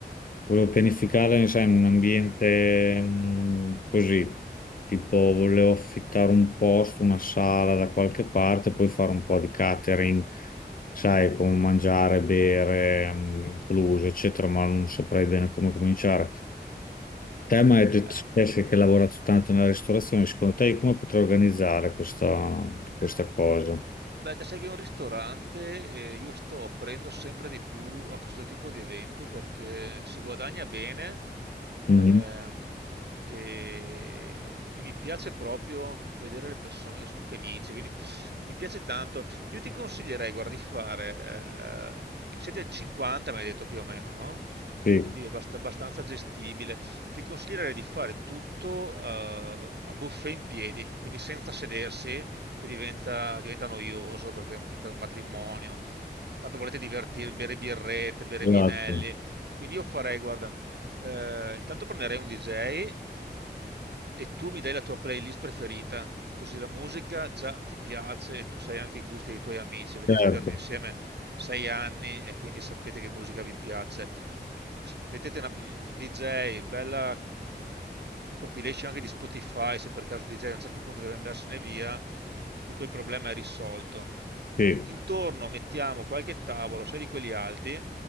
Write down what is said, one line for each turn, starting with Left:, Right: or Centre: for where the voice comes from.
Left: volevo pianificarla, sai, in un ambiente, mm, così, tipo volevo affittare un posto, una sala da qualche parte, poi fare un po' di catering, sai, con mangiare, bere, mm, incluso, eccetera, ma non saprei bene come cominciare. Te mi hai detto
Right: Eh,
Left: Jessica, che hai lavorato tanto nella ristorazione, secondo te io come potrei organizzare questa, questa cosa?
Right: Beh, te sai che è un ristorante e io sto aprendo sempre di più a questo tipo di eventi perché si guadagna bene
Left: Mhm.
Right: ehm, e, e mi piace proprio vedere le persone che sono felici, quindi mi piace tanto. Io ti consiglierei, guarda, di fare, ehm, siete 50, mi hai detto più o meno, no?
Left: Sì,
Right: Quindi è abbast- abbastanza gestibile. Ti consiglierei di fare tutto eh, a buffet in piedi, quindi senza sedersi che diventa, diventa noioso perché diventa un matrimonio. Tanto volete divertirvi, bere birrette, bere
Left: esatto,
Right: vinelli. Quindi io farei, guarda, eh, intanto prenderei un DJ e tu mi dai la tua playlist preferita, così la musica già ti piace e tu sai anche i gusti dei tuoi amici. Avete
Left: certo,
Right: studiato insieme sei anni e quindi sapete che musica vi piace. S- Mettete una mm, DJ, bella mm, compilation anche di Spotify, se per caso DJ a un certo punto deve andarsene via e quel problema è risolto.
Left: sì,
Right: Intorno mettiamo qualche tavolo, sai di quelli alti,